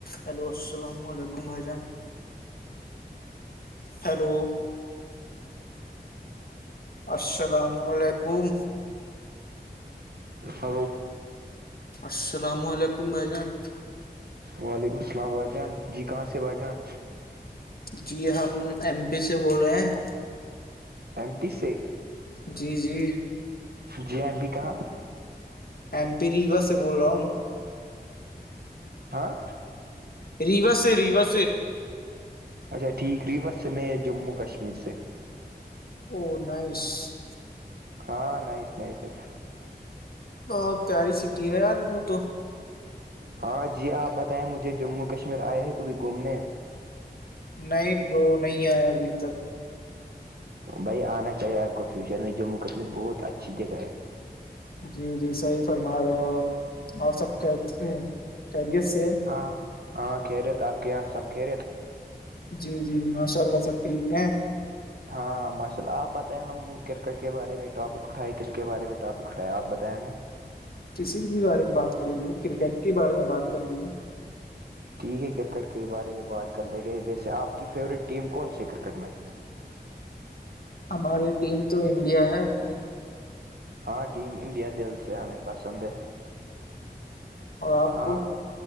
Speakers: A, on the left; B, on the right.
A: Hello السلام علیکم بھائی جان ہلو السلام علیکم
B: ہلو
A: السلام علیکم بھائی جان
B: وعلیکم السلام بھائی جان جی کہاں سے بھائی جان
A: جی ہم ایم پی سے بول رہے ہیں
B: ایمٹی سیک
A: جی جی
B: جی ایم بھی کہاں
A: ایم پی ریوا سے بول رہا ہوں
B: ہاں
A: ریوس ریوس
B: اچھا ٹھیک ری بس میں جموں کشمیر سے
A: اونائس
B: ہاں نہیںس نہیںس نہیں
A: ہاں پیاری سٹی ہے یار وہ تو
B: ہاں جی آپ بتائیں مجھے جموں کشمیر آئے ہیں کبھی گھومنے
A: نہیں وہ نہیں آیا ابھی تک
B: بھائی آنا چاہیے آپ کو فیوچر میں جموں کشمیر بہت اچھی جگہ ہے
A: جی جی صحیح فرما رہے ہو آپ اور سب کہتے ہیں خیریت سے
B: ہاں ہاں کہہ رہے تھ آپ کے یہاں سب کہہ رہے تھ
A: جی جی ماشاء اللہ سب ٹھیک ہیں
B: ہاں مشل آپ بتائیں ہم کرکٹ کے بارے میں ٹاپک اٹھائے کس کے بارے میں ٹاپک تو کٹایا آپ بتیایں میں
A: کسی بھی بارے میں بات کر لیجیے کرکٹ کے بارے میں بات کر لیجیے
B: ٹھیک ہے کرکٹ کے بارے میں بات کر لیں گے ویسے آپ کی فیوریٹ ٹیم کون سی کرکٹ میں
A: ہماری ٹیم تو انڈیا ہے اپنی
B: ہاں ٹیم انڈیا دل سے ہمیں پسند ہے
A: اور آپ
B: ہاں
A: کو